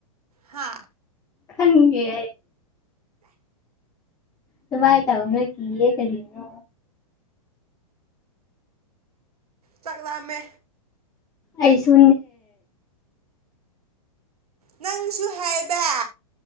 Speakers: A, on the right; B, on the left.
A: ꯍꯥ
B: ꯈꯪꯤ ꯇꯃꯥꯏ ꯇꯅ ꯀ ꯌꯦ ꯀꯔꯤꯅ
A: ꯆꯥꯛꯂꯝꯝꯃꯦ
B: ꯑꯩꯁꯨ
A: ꯅꯪꯁꯨ ꯍꯥꯏꯕ